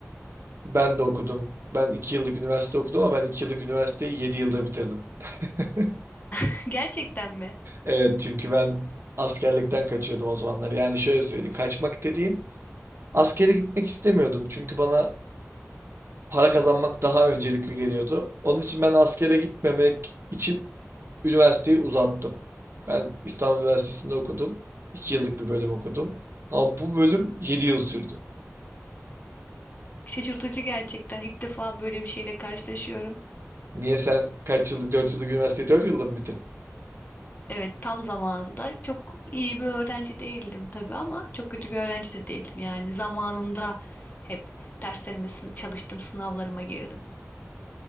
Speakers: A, on the right; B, on the left.
A: ben de okudum. Ben iki yıllık üniversite okudum ama ben iki yıllık üniversiteyi yedi yılda bitirdim. <laughs>
B: <laughs> Gerçekten mi?
A: Evet çünkü ben askerlikten kaçıyordum o zamanlar. Yani şöyle söyleyeyim. Kaçmak dediğim askere gitmek istemiyordum. Çünkü bana para kazanmak daha öncelikli geliyordu. Onun için ben askere gitmemek için üniversiteyi uzattım. Ben İstanbul Üniversitesi'nde okudum. iki yıllık bir bölüm okudum. Ama bu bölüm yedi yıl sürdü.
B: Şaşırtıcı gerçekten. İlk defa böyle bir şeyle karşılaşıyorum.
A: Niye sen kaç yıllık, dört yıllık üniversiteyi dört yılda mı bitirdin?
B: Evet, tam zamanında çok iyi bir öğrenci değildim tabii ama çok kötü bir öğrenci de değildim. Yani zamanında hep derslerime sın- çalıştım, sınavlarıma girdim.